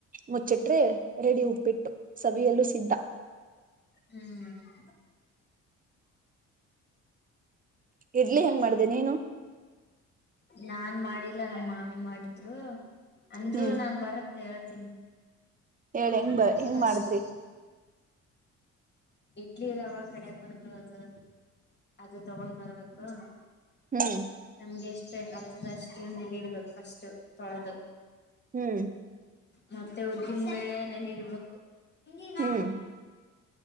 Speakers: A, on the right; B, on the left.
A: ಮುಚ್ಚಿಟ್ರೆ ರೆಡಿ ಉಪ್ಪಿಟ್ಟು ಸವಿಯಲ್ಲೂ ಸ್ಧ
B: ಹ್ಮ್
A: ಇಡ್ಲಿ ಹೆಂಗ ಮಾಡ್ದ ನೀನು
B: ನಾನ್ ಮಾಡಿಲ್ಲ ನಮ್ಮ ಮಾಮಿ ಮಾಡಿದ್ರು ಅಂದ್ರರು
A: ಹ್ಮ್
B: ನಾ ಬರತ್ತ ಹೇಳ್ತೀನಿ
A: ಹೇಳ
B: <unintelligible>
A: ಹೆಂಗ್ ಬ ಹೆಂಗ್
B: ಫಸ್ಟ್
A: ಮಾಡಿದ್ರಿ
B: ಇಡ್ಲಿರಾವ ಕಡೆ ಬರ್ ಅದು <unintelligible> ಅದು ತಗೊಂಡ್ ಬಂದಬೇಕ <unintelligible> ಹಾ
A: ನೀ <unintelligible>
B: ನಮಗೆ ಎಷ್ಟು ಬೇಕಾಗತದೆ ಅಷ್ಟು ಇನ್ನ ನೀಡಡ್ಬೇಕು ಫಸ್ಟ್ ತೊಳೆದು
A: ಹ್ಮ್
B: ಮತ್ತೆ ಉದ್ದಿನ ಬೇಳೆ ನೇನೀಡಿಬೇಕು ಇ ನ
A: ಹ್ಮ್